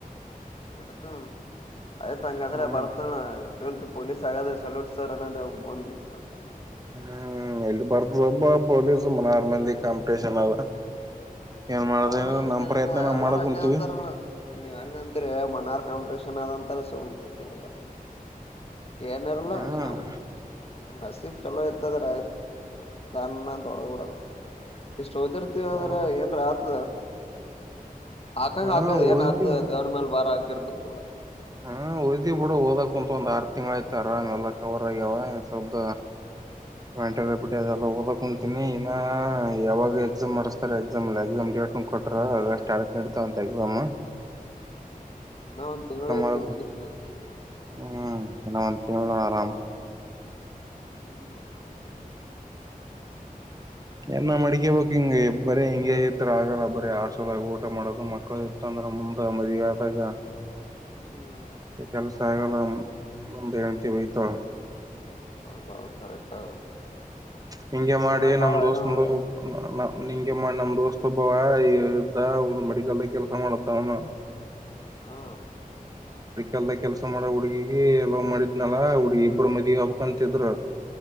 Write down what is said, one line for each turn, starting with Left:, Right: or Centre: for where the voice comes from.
Left: ನೆಡ್ತಾ ಆಯ್ತ್ ಹಂಗಾದ್ರೆ
Right: ಹ್ಮ್
Left: ಬರ್ತಣ ಪೊಲೀಸ್ ಹಾಗಗಾದೆ ಸಲೂಟ್ ಸರ್ ಅನ್ನದಂದ್ ಬಂದ
Right: ಹ್ಮ್ ಎಲ್ಲಿ ಬರ್ತ ಸಬ್ಬ ಪೊಲೀ ಸುಮ್ಮನಾರ ಮಂದಿ ಕಾಂಪಿಟಷನ್ ಅದ ಏನ್ ಮಾಡ್ದ
Left: ಹಣ್ಣ ಹಂಗನನ
Right: ನಮ್ ಪ್ರಯತ್ನ ನಾವ್
Left: ಎಲ್ಲ
Right: ಮಾಡಕ್
Left: ಹಂಗ
Right: ಕುಂತೀವಿ
Left: ಅಂತಾರ ಅಣ್ಣ ನೀವ್ ಹೆಂಗ ಅಂತರಿ ಮನಾರ್ ಕಾಂಿಟೇಷನ್ ಆದಂತ ಸ ಕೂತ್ ಬಿಡ್ತಾರೆ ್ ಏನಾರಲ್ಲ
Right: ಹ್ಮ್
Left: ನಮ್ ನಮ್ ನಸೀಬ್ ಚಲೋ ಇತ್ತದ್ರ ಆಯ್ತು ನ್ ತೊಡೋದಡ ಚೌದಿರ್ತಿೀವ ಅಂದ್ರ
Right: ಹ್ಮ್
Left: ಏನ್ರ ಆಗ್ತದ ಹಾಕಂಗ
Right: ಹಾ
Left: ಹಾಕದು
Right: ಓದಿ
Left: ಏನ್ ಆತ ದೇವ್ರ ಮೇಲೆ ಬಾರ ಹಾಕರ್ ಕೊೊತ್ ಕೂಡದು
Right: ಹಾ ಓದ್ದಿ ಬಿಡ ಓದಕ ಕುಂಂತ ಒಂದ ಆರ್ ತಿಂಗ್ ಆಯ್ತಾರೆಲ್ಲ ಕವರ್ ಆಗ್ಯಾವ ಸ್ವಲ್್ದ ವೆಟಾರೆ ಕಬಟ್ಟಿ
Left: ಹ್ಮ್
Right: ಅದೆ ಅಲ್ಲ ಹದಕಂ ಿ ಇನ್ನ ಯಾವಾಗ ಎಕ್ಸಾಮ್ ಮಾಡಿಸಸ್ತಾರೆ ಎಕ್ಸಾಮ್ಲ್ಲ ಎಕ್ಸಾಮ್ ಡೇಟ್ ಕೊಟ್ಟಟ್ರ ಸ್ಟ ಆಸ್ ನಡೀತಾವಂತೆ ಾಮ
Left: ನಾ ಒಂದು ತಿಂಗಳಾಯತಿ
Right: ಆದ
Left: ನಡತ
Right: ಹ್ಮ್ ಇನ್ನ ವಂದೀಂಗ ಆರಾಮ
Left: ಹ್ಮ್ ನಂತ ಮಾಡ
Right: ಏನ ಮಡಿಕೇಬೇಕಕ್ ಹಿಂಗಗೆ ಬರೇ ಹಿಂಗೆ ಇದ್ರ ಆಗಲ್ಲ ಬರೀ ಆಶದ ಊಟ ಮಾಡೋದು ಮಕ್ಕಳ ಇತ್ತಂದ್ರ ರ ಮುಂದ ಮರಿವಾದಾಗ
Left: ಹ್ಮ
Right: ಕೆ ಕೆಲ್ ಸಹ ವೇಗಟ ವಯತಳ
Left: ಹೌದೌದು ಕರೆಕ್ಟ್ ಅದು
Right: ಹಿಂಂಗಗೆ ಮಾಡಿ
Left: ಆಮೇಲ್
Right: ನಮ್
Left: ಬಾಳ
Right: ದೋಸ್ತಂದು
Left: ಹೈರಾಣ ಅದ
Right: ನಿಂಗೆ ನಮ ದೋಸ್ತಬ್ಬವ ಇದ್ದ ಒ ಮೆಡಿಕಲ್ದಾಗ ಕೆಲ್ಸ ಮಾಡದ ಅವನು
Left: ಹಾ
Right: ಎಲ್ದ ಕೆಲ್ಸ ಮಾಡ ಹುಡ್ಗಿಗ ಎಲ್ಲೋ ಮಾಡಿದ್ನಲ್ಲ ಹುಡ್ಗಿ ಇಬ್ಬರು ಮದಿ ಹಬಕ್ಂತಿದ್ರ